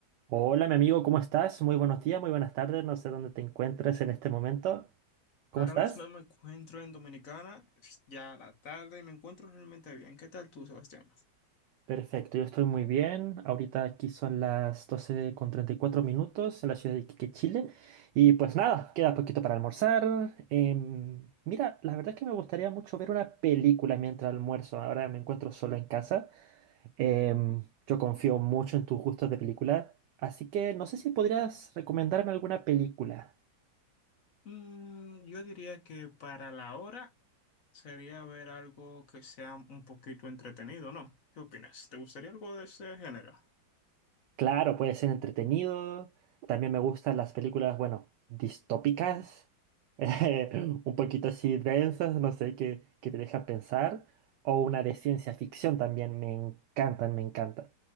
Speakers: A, on the right; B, on the left.
A: Hola, mi amigo, ¿cómo estás? Muy buenos días, muy buenas tardes. No sé dónde te encuentres en este momento. ¿Cómo
B: Ahora
A: estás?
B: mismo me encuentro en Dominicana, es ya la tarde y me encuentro realmente bien. ¿Qué tal tú, Sebastián?
A: Perfecto, yo estoy muy bien. Ahorita aquí son las 12 con 34 minutos en la ciudad de Iquique, Chile. Y pues nada, queda poquito para almorzar. Em, mira, la verdad es que me gustaría mucho ver una película mientras almuerzo. Ahora me encuentro solo en casa. Em, yo confío mucho en tus gustos de película. Así que no sé si podrías recomendarme alguna película.
B: Mm, yo diría que para la hora sería ver algo que sea un poquito entretenido, ¿no? ¿Qué opinas? ¿Te gustaría algo de ese género?
A: Claro, puede ser entretenido. También me gustan las películas, bueno, distópicas, <laughs> eh, un poquito así densas, no sé, que, que te dejan pensar. O una de ciencia ficción también, me encantan, me encantan.